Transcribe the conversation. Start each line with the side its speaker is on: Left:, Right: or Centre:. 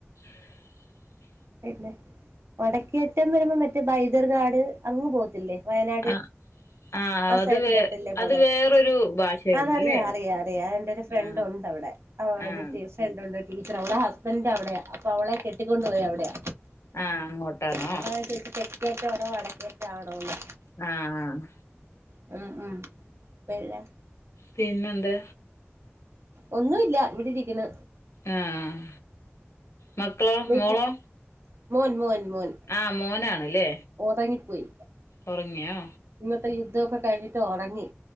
Left: <inaudible>
Right: പിന്നെ വടക്കേ അറ്റം വരുമ്പോ മറ്റേ ബൈദർഗാട് അങ്ങ് പോകത്തില്ലേ. വയനാട്
Left: ആഹ് ആഹ്
Right: ആ
Left: അത്
Right: സൈഡിലെട്ടല്ലേ
Left: വേ
Right: പോണേ,
Left: അത് വേറൊരു ഭാഷയൊന്നുല്ലേ
Right: അതറിയ അറിയാ അറിയാ എന്റെ ഒരു ഫ്രണ്ട്
Left: ആഹ്
Right: ഉണ്ട് അവിടെ. <unintelligible>
Left: ആഹ്
Right: ഫ്രണ്ട് ഉണ്ട് ടീച്ചറാ അവള ഹസ്ബൻഡ് അവിടെയാ അപ്പ അവളെ കെട്ടിക്കൊണ്ട് പോയ അവിടെയാ.
Left: ആഹ് അങ്ങോട്ടാണോ
Right: ഞാനതാ ചോയിച്ചേ തെക്കേ അറ്റാണോ വടക്കേ അറ്റാണോന്ന്.
Left: ആഹ് ആഹ്
Right: മ് മ് പിന്നെ
Left: പിന്നെ എന്ത്
Right: ഒന്നുല്ല ഇവിടെ ഇരിക്കണ്.
Left: ആഹ് മക്കളോ
Right: മ് <unintelligible>
Left: മോളോ
Right: മോൻ മോൻ മോൻ
Left: ആഹ് മോനാണല്ലേ
Right: ഒറങ്ങിപ്പോയി
Left: ഒറങ്ങിയോ?
Right: ഇന്നത്തെ യുദ്ധോക്കെ കഴിഞ്ഞിട്ട് ഒറങ്ങി.